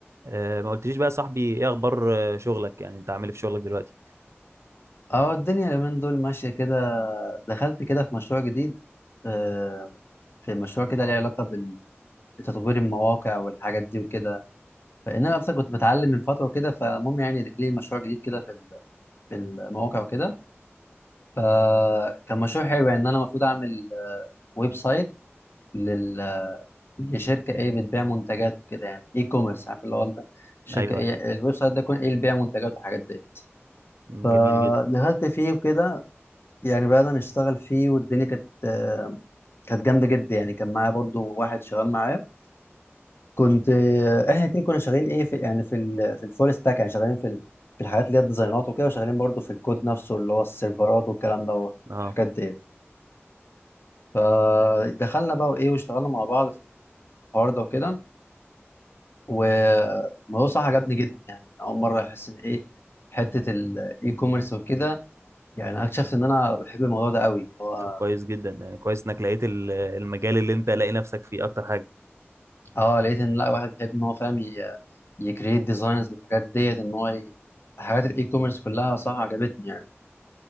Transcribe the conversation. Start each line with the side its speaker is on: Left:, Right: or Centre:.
Right: آه، ما قلتليش بقى يا صاحبي ايه اخبار آه، شغلك يعني انت عامل إيه في شغلك دلوقتي
Left: اه الدنيا اليومين دول ماشية كده دخلت كده في مشروع جديد آه، في مشروع كده ليه علاقة بال- بتطوير المواقع والحاجات دي وكده فإن أنا أصلا كنت بتعلم من فترة وكده فالمهم يعني لي مشروع جديد كده في ال- في المواقع وكده فكان مشروع حلو يعني إن أنا المفروض أعمل آه، ويب سايت لل لشركة إيه بتبيع منتجات وكده يعني إي كوميرس عارف اللي هو أنت الشركة
Right: ايوه
Left: إيه
Right: ايوه
Left: الويب سايت ده يكون إيه اللي بيبيع منتجات والحاجات ديت
Right: مم،
Left: فدخلت
Right: جميل جدا
Left: فيه وكده يعني بدأنا نشتغل فيه والدنيا كانت آه، كانت جامدة جدا يعني كان معايا برضو واحد شغال معايا كنت آه، احنا الاتنين كنا شغالين ايه في يعني في ال في الفول ستاك يعني شغالين في ال في الحاجات اللي هي الديزاينات وكده وشغالين برضو في الكود نفسه اللي هو السيرفرات والكلام ده
Right: اه
Left: والحاجات دي فدخلنا بقى وايه واشتغلنا مع بعض في الحوار ده وكده والموضوع صح عجبني جدا يعني أول مرة أحس إن ايه حتة الاي كوميرس وكده يعني أنا اكتشفت إن أنا بحب الموضوع ده قوي هو
Right: طب كويس جدا يعني كويس انك لقيت ال- المجال اللي انت لاقي نفسك فيه اكتر حاجه
Left: اه لقيت ان لا واحد بيحب ان هو فاهم ي- يكريت ديزاينز للحاجات ديت ان هو ي... حاجات الاي كوميرس كلها صح عجبتني يعني